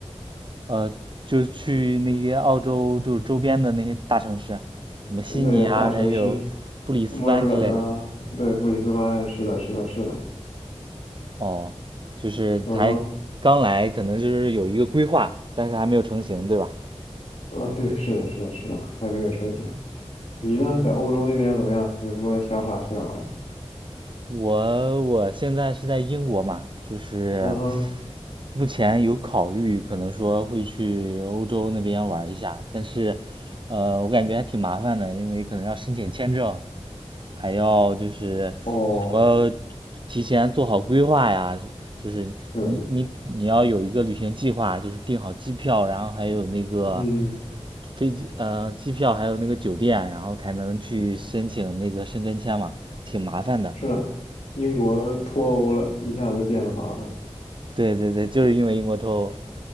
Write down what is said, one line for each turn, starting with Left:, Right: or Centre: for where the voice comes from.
Right: 呃，就是去那些澳洲就是周边的那些大城市，什么悉尼啊，
Left: 对，大城市，
Right: 还有布里斯班之类的。
Left: 墨尔本啊，对，布里斯班，是的，是的，是的，
Right: 哦，就是才刚来，
Left: 嗯哼，
Right: 可能就是有一个规划，但是还没有成型，对吧？
Left: 啊，对，是的，是的，是的，还没有成型。你呢，在欧洲那边怎么样？有什么想法去哪儿玩？
Right: 我我现在是在英国嘛，就是
Left: 嗯哼，
Right: 目前有考虑，可能说会去欧洲那边玩一下，但是，呃，我感觉还挺麻烦的，因为可能要申请签证，还要就是什么
Left: 哦，
Right: 提前做好规划呀，就是你你你要有一个旅行计划，
Left: 是的，
Right: 就是订好机票，然后还有那个
Left: 嗯，
Right: 飞机呃机票，还有那个酒店，然后才能去申请那个申根签嘛，挺麻烦的。
Left: 是的，英国脱欧了，一下子变得麻烦了，
Right: 对对对，就是因为英国脱欧，